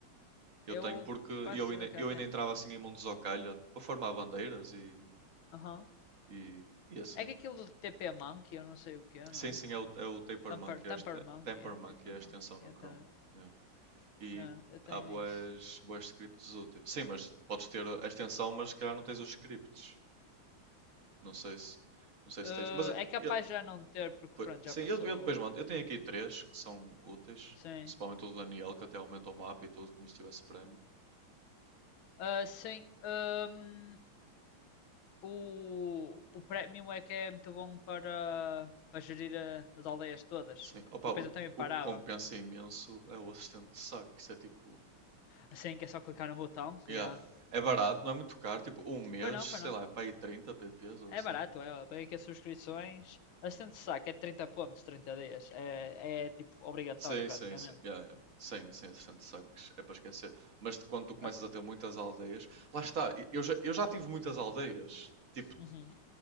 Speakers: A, on the right; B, on the left.
A: Eu
B: Eu
A: tenho porque
B: quase
A: eu
B: certeza
A: ainda,
B: que
A: eu
B: já tenho.
A: ainda entrava assim em mundos ao calha para formar bandeiras e,
B: Aham.
A: e, e assim.
B: É que aquilo do TP Monkey, eu não sei o que é, não
A: Sim, sim,
B: é?
A: é o, é o Taper
B: Tamper,
A: Monkey,
B: Tamper
A: é este, é-
B: Monkey,
A: Temper
B: yeah,
A: Monkey,
B: Tamper
A: é a
B: Monkey.
A: extensão no
B: Eu
A: Chrome.
B: também.
A: yeah. E
B: Ah, eu tenho
A: há boas,
B: isso.
A: boas scripts úteis. Sim, mas podes ter a extensão, mas se calhar não tens os scripts. Não sei se, não sei
B: Ah,
A: se tens. Mas eh,
B: é capaz
A: eu,
B: já não ter, porque
A: pois-
B: pronto, já
A: sim,
B: passou.
A: eu, eu depois mando. Eu tenho aqui três que são úteis,
B: Sim.
A: principalmente o do Daniel, que até aumenta o mapa e tudo, como se tivesse prémio.
B: Ah, sim. hum, o, o Premium é que é muito bom para, para gerir a- as aldeias todas.
A: Sim, opa,
B: E depois
A: o,
B: eu também parava.
A: o que compensa imenso é o assistente de saque. Isso é tipo.
B: Assim que é só clicar no botão.
A: Yeah.
B: Yeah.
A: É barato, não é muito caro. Tipo, um mês,
B: Pois não,
A: sei
B: pois não.
A: lá, é para aí 30 PPs ou
B: É
A: assim.
B: barato, é. Bem que as subscrições. Assistente de saque é 30 pontos, 30 dias. É, é tipo obrigatório
A: Sim,
B: praticamente.
A: sim, sim. Yeah, yeah. sim sem assistente de saques, é para esquecer. Mas de quando tu começas
B: Ok,
A: a ter muitas aldeias. Lá está, e- eu já, eu já tive muitas aldeias. Tipo,
B: Uhum.